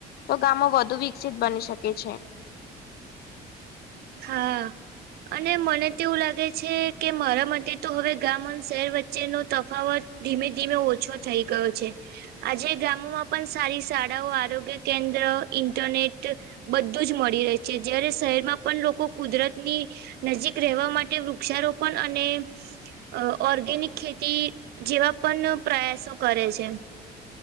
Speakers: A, on the left; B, on the right.
A: તો ગામો વધુ વિકસિત બની શકે છે
B: હા. અને મને તોવું લાગે છે કે મારા માટે તો હવે ગામ અને શહેર વચ્ચેનો તફાવત- - ધીમે ધીમે ઓછો થઈ ગયો છે. આજે ગામોમાં પણ સારી શાળાઓ આરોગ્ય કેન્દ્ર ઇન્ટરનેટ- - બધું જ મળી રહે છે જયારે શહેરમાં- - પણ લોકો કુદરત ની નજીક રહેવા માટે વૃક્ષારોપણ અને- - અ ઓર્ગેનિક ખેતી જેવા પણ પ્રયાસો કરે છે